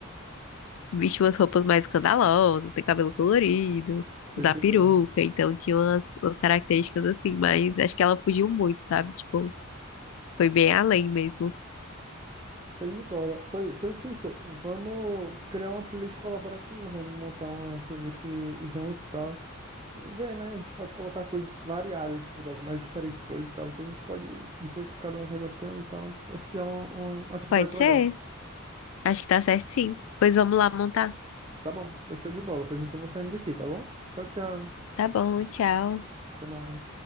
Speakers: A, on the left; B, on the right.
A: vestia umas roupas mais escandalosas, ter cabelo colorido,
B: Tô
A: usar
B: entendendo.
A: peruca, então tinha umas, umas características assim, mas acho que ela fugiu muito, sabe? Tipo, foi bem além mesmo.
B: Show de bola. Pois, ô, Letícia, vamos criar uma playlist colaborativa, vamos montar uma playlist junto e tal. E ver, né? A gente pode colocar coisas variadas, tipo, das mais diferentes coisas e tal, que a gente pode ver o que cada um vai gostando e tal. Acho que é uma, uma uma atividade
A: Pode
B: legal.
A: ser, acho que tá certo sim. Pois vamos lá montar.
B: Tá bom, pois show de bola. Pois então eu vou saindo aqui, tá bom? Tchau, tchau.
A: Tá bom, tchau.
B: Até mais.